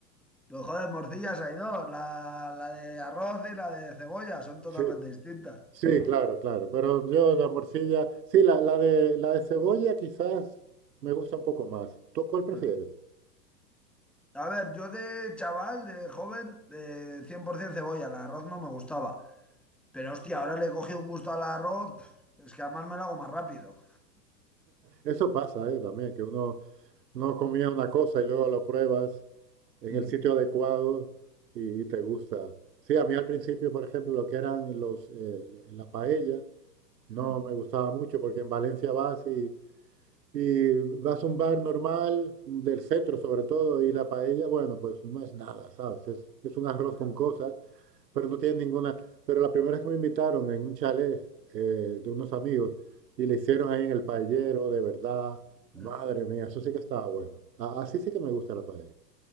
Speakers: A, in the centre; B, on the right.
A: Pues joder, morcillas hay dos, la, la de arroz y la de cebolla, son totalmente
B: Sí,
A: distintas.
B: sí, claro, claro. Pero yo la morcilla... Sí, la, la de, la de cebolla quizás me gusta un poco más. ¿Tú cuál prefieres?
A: Hmm. A ver, yo de chaval, de joven, de 100% cebolla, el arroz no me gustaba. Pero hostia, ahora le he cogido un gusto al arroz, pf, es que además me lo hago más rápido.
B: Eso pasa, eh, también, que uno No comía una cosa y luego lo pruebas en
A: Hmm,
B: el sitio adecuado y, y te gusta. Sí, a mí al principio, por ejemplo, lo que eran los, eh, la paella, no
A: hmm,
B: me gustaba mucho porque en Valencia vas y y vas a un bar normal, del centro sobre todo, y la paella, bueno, pues no es nada, ¿sabes? Es, es un arroz con
A: hmm.
B: cosas, pero no tiene ninguna... Pero la primera vez que me invitaron en un chalet eh, de unos amigos y le hicieron ahí en el paellero, de verdad,
A: hmm.
B: madre mía, eso sí que estaba bueno. A- así sí que me gusta la paella.